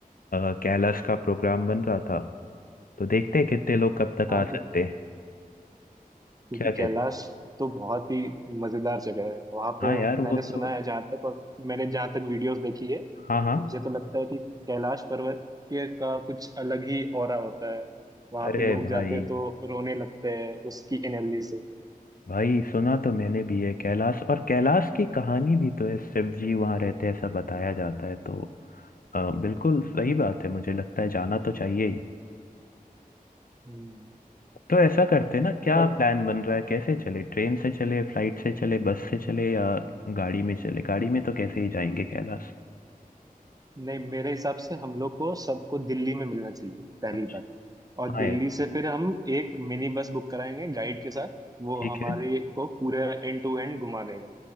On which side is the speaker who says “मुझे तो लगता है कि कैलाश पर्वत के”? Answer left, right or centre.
Right